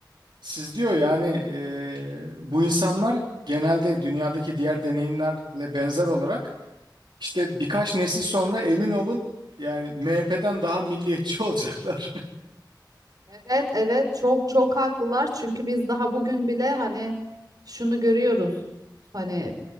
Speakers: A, on the right (about 75°); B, on the right (about 55°).
A: siz diyor yani eee, bu insanlar genelde dünyadaki diğer deneyimlerle benzer olarak İşte birkaç nesil sonra emin olun yani MHP'den daha milliyetçi olacaklar.
B: Evet, evet çok çok haklılar çünkü biz daha bugün bile hani şunu görüyoruz. Hani